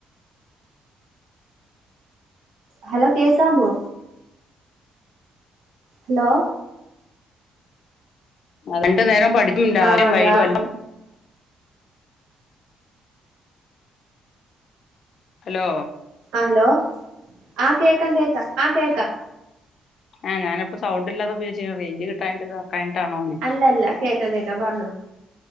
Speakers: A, on the right; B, on the left.
A: ഹലോ കേക്കാമോ ഹലോ
B: രണ്ടു നേരം പഠിക്കും രാവിലെയും
A: ആഹ് അതാ
B: വൈകിട്ടും എല്ലാം ഹലോ
A: ആലോ ആഹ് കേക്കാം കേക്കാം ആ കേക്കാം
B: ആഹ് ഞാനിപ്പൊ സൗണ്ട് ഇല്ലാതെ ഉപയോഗിച്ച് റേഞ്ച് കിട്ടാഞ്ഞിട്ട് ഇതാ കഴിഞ്ഞിട്ടാണോ
A: അല്ലല്ല കേക്കാം കേക്കാം പറഞ്ഞോ